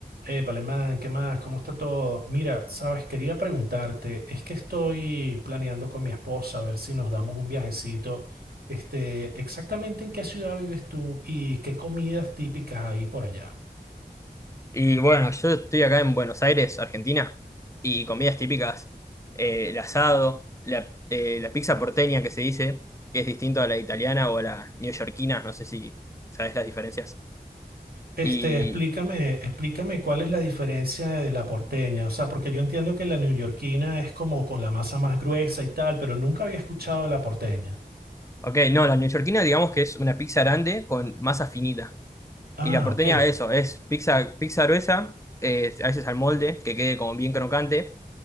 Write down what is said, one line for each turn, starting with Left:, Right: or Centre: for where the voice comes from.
Right: Eh, Palemán, ¿qué más? ¿Cómo está todo? Mira, sabes, quería preguntarte, es que estoy planeando con mi esposa a ver si nos damos un viajecito. Este, exactamente en qué ciudad vives tú y qué comidas típicas hay por allá.
Left: Y bueno, yo estoy acá en Buenos Aires, Argentina, y comidas típicas, eh, el asado, la, eh, la pizza porteña que se dice, que es distinto a la italiana o a la neoyorquina, no sé si sabes las diferencias.
Right: Este,
Left: Y,
Right: explícame, explícame cuál es la diferencia de la porteña, o sea, porque yo entiendo que la neoyorquina es como con la masa más gruesa y tal, pero nunca había escuchado de la porteña.
Left: ok, no, la neoyorquina digamos que es una pizza grande con masa finita.
Right: Ah,
Left: Y la porteña,
Right: ok.
Left: eso, es pizza, pizza gruesa, eh, a veces al molde, que quede como bien crocante.